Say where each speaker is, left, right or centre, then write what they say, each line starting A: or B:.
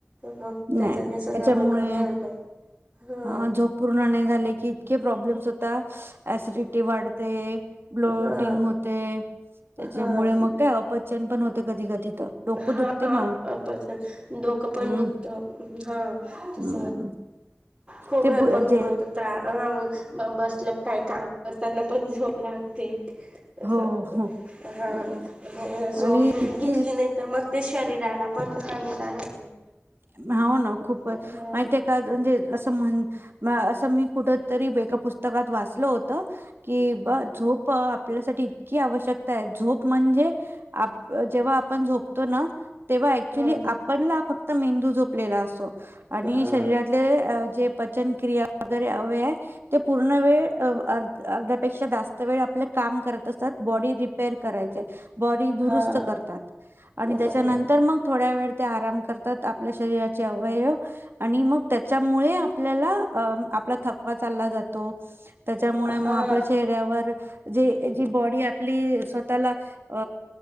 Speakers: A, on the right; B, on the right.
A: मग त्याच्याने
B: नाही
A: सगळं
B: त्याच्यामुळे
A: मग हे होतं. हा
B: ह झोप पूर्ण नाही झाले की इतके प्रॉब्लेम होता आशिडीती वाढते, ब्लोटिंग
A: हा
B: होते त्याच्यामुळे
A: हा
B: मग काय अपचन पण होते कधी कधी तर डोकं
A: हा
B: दुखते मा
A: अपचन डोकं पण
B: हम्म
A: दुखतं. हा तस
B: हम्म
A: खूप
B: ते
A: हे
B: ब-
A: पण
B: जे
A: ह बसले <unintelligible> काय काम करताना पण झोप लागते. अस
B: हो हो
A: हा
B: हो.
A: झोप
B: आणि
A: घेतली
B: ती
A: नाही ते शरीराला पण हानिकारक आहे.
B: हो ना खूपच
A: हा
B: मा का म्हणजे अस म्हण म असं मी कुठ तरी एका पुस्तकात वाचल होत. कि बा झोप आपल्यासाठी इतकी आवश्यकता आहे झोप म्हणजे आप जेव्हा आप आपण झोपतो ना. तेव्हा ऍक्च्युली
A: हा
B: आपणला फक्त मेंदू जोपलेला असतो. आणि
A: हा
B: शरीरातले जे पचन क्रिया वगेरे अवयव ते पूर्ण वेळ अर्ध्यापेक्षा जास्त वेळ आपल काम करत असतात ब रिपेअर करायचे बॉडी दुरुस्त
A: हा हा
B: करतात आणि
A: बरोबर
B: त्यांच्या नंतर थोडावेळ ते ते आराम करत त्यात आपल्या शरीराचे अवयव आणि मग त्याच्यामुळे आपल्याला आपला थकवा चालला जातो त्याच्यामुळे
A: हा
B: मग आपल्या चेहऱ्यावर जे जी बॉडी आपली स्वतःला अ